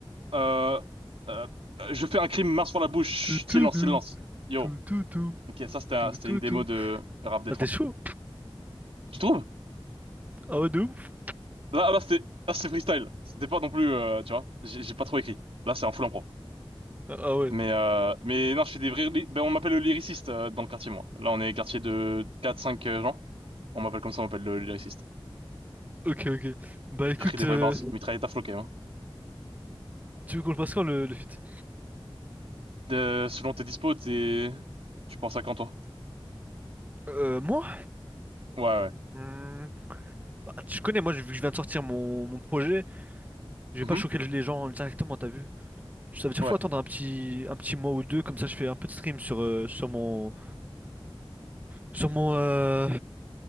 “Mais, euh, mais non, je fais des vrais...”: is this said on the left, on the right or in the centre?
Right